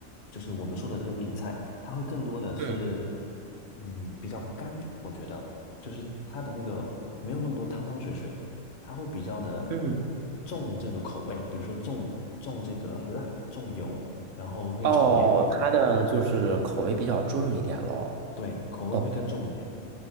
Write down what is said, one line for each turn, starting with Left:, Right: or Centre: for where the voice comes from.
Left: 就是我们说的这个闽菜，它会更多的是，
Right: 嗯
Left: 嗯，比较干，我觉得，就是它的那个没有那么多汤汤水水，它会比较的
Right: 嗯，
Left: 重这个口味，比如说重重这个辣，重油，然后会重盐，
Right: 哦，它的就是口味比较重一点喽。
Left: 对，口味会更重一点。
Right: 哦